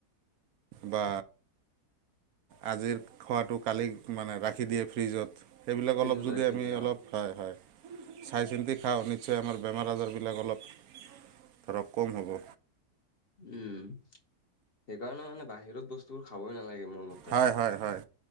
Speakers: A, on the right; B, on the left.
A: বা আজিৰ খোৱাটো কালি মানে ৰাখি দিয়ে ফ্ৰিজত সেইবিলাক
B: ফ্ৰিজত
A: অলপ যদি
B: ৰাখি
A: আমি
B: দিয়া।
A: অলপ হয় হয় চাই চিন্তি খাওঁ নিশ্চয় আমাৰ বেমাৰ আজাৰবিলাক অলপ ধৰক কম হ'ব।
B: উম সেইকাৰণে মানে বাহিৰত বস্তুবোৰ খাবই নালাগে। মোৰ মতে।
A: হয় হয় হয়